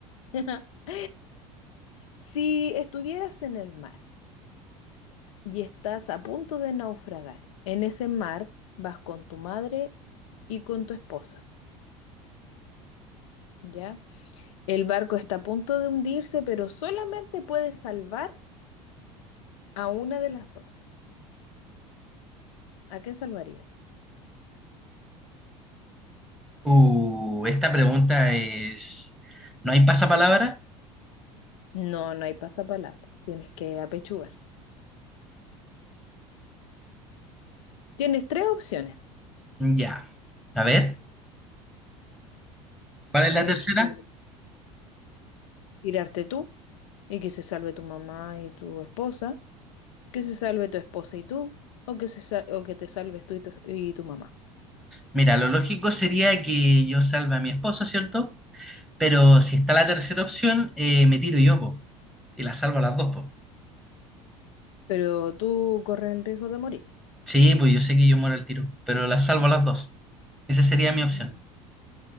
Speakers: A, on the left; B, in the centre.
A: <laughs> Si estuvieras en el mar, y estás a punto de naufragar. En ese mar vas con tu madre y con tu esposa, ¿ya? El barco está a punto de hundirse, pero solamente puedes salvar a una de las dos. ¿A quién salvarías?
B: Uh, esta pregunta es... ¿No hay pasapalabra?
A: No, no hay pasapalabra. Tienes que apechugar. Tienes tres opciones.
B: Ya. A ver. ¿Cuál es
A: Es
B: la tercera?
A: que tirarte tú y que se salve tu mamá y tu esposa, que se salve tu esposa y tú, o que, se sa- o que te salves tú y tu, y tu mamá.
B: Mira, lo lógico sería que yo salve a mi esposa, ¿cierto? Pero si está la tercera opción, eh, me tiro yo, po. Y la salvo a las dos, po.
A: Pero tú corres el riesgo de morir.
B: Sí, pues yo sé que yo muero al tiro, pero la salvo a las dos. Esa sería mi opción.
A: Mm.